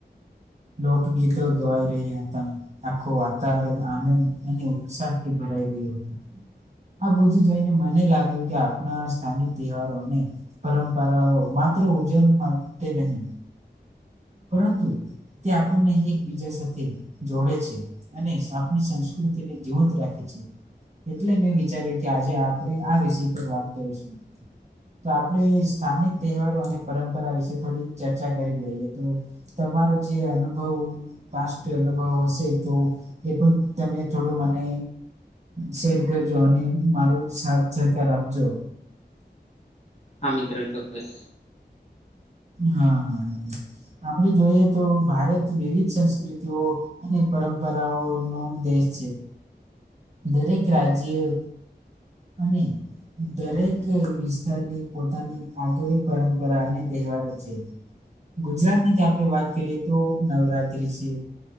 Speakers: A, on the right; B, on the left.
A: લોક ગીતો ગવાઈ રહ્યા હતા. આખું વાતાવરણ આનંદ અને ઉત્સાહ થી ભરાઈ ગયું હતું. આ બધું જોઈને મને લાગ્યું કે આપના સ્થાનિક તહેવારોને પરંપરાઓ માત્ર ઉજવણી માટે નહી પરંતુ તે આપણને એકબીજા સાથે જોડે છે. અને આપણી સંસ્કૃતિને જીવંત રાખી છે. એટલે મેં વિચાર્યું કે આજે આપણે આ વિષય પર વાત કરીશું. તો આપણે સ્થાનિક તહેવારો અને પરંપરા વિશે થોડી ચર્ચા કરી લઈએ તો તમારુ જે અનુભવ પાસ્ટ અનુભવ હશે તો એ પણ તમે થોડું મને શેર કરજો અને મારું સાથ સહકાર આપજો
B: હા મિત્ર ચોક્કસ
A: હા આપણે જોઈએ તો ભારત વિવિધ સંસ્કૃતિઓ અને પરંપરાઓ નો દેશ છે. દરેક રાજ્યો અને દરેક વિસ્તારની પોતાની આગવી પરંપરા અને તહેવારો છે ગુજરાત ની જ આપણે વાત કરીએ તો નવરાત્રી છે